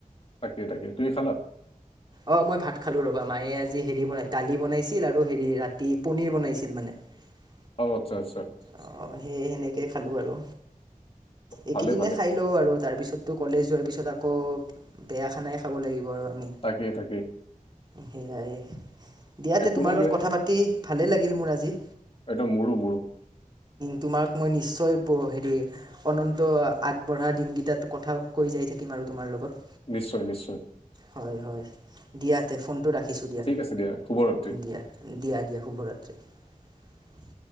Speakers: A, on the left (about 45°); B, on the right (about 30°).
A: তাকে তাকে তুমি খালা।
B: অঁ মই ভাত খালো ৰবা মায়ে আজি হে বনাই দালি বনাইছিল আৰু হেৰি ৰাতি পনিৰ বনাইছিল মানে, উ <unintelligible>
A: অঁ আচ্ছা
B: অঁ সেইে সেনেকে খালো আৰু এইকেইদিনে
A: ভালে ভালে
B: খাই লও আৰু তাৰপিছত- কলেজ যোৱাৰ পিছত আকৌ বেয়া খানাই খাব লাগিব আৰু আমি।
A: তাকে তাকে
B: সেয়াই দিয়াতে
A: একো
B: তোমাৰ
A: নাই
B: লগত
A: দিয়া
B: কথা পাতি ভালেই লাগিল মোৰ আজি।
A: একদম মোৰো মোৰো
B: তোমাক মই নিশ্চয় হেৰি অনন্ত আগবঢ়া দিনকেইটাত কথা কৈ যাইছ। থাকিম আৰু তোমাৰ লগত-
A: নিশ্চয় নিশ্চয়।
B: হয় হয় দিয়া তে ফোনটো ৰাখিছোঁ দিয়া
A: ঠিক আছে শুভৰাত্ৰি
B: দিয়া দিয়া। দিয়া শুভৰাত্ৰি।